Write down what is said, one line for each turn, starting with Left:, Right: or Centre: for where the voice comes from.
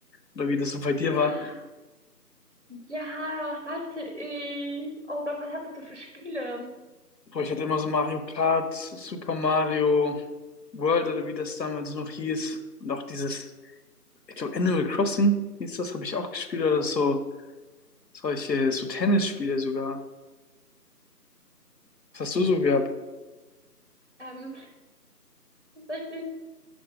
Left: oder wie das so bei dir
Right: Ja,
Left: war.
Right: Ja, hatte ich. Oh Gott, was hattest du für Spiele?
Left: Boah, ich hatte immer so Mario Kart, Super Mario World oder wie das damals noch hieß. Und auch dieses, ich glaube, Animal Crossing hieß das, habe ich auch gespielt oder so. Solche, so Tennisspiele sogar. Was hast du so gehabt?
Right: Ähm, tatsächlich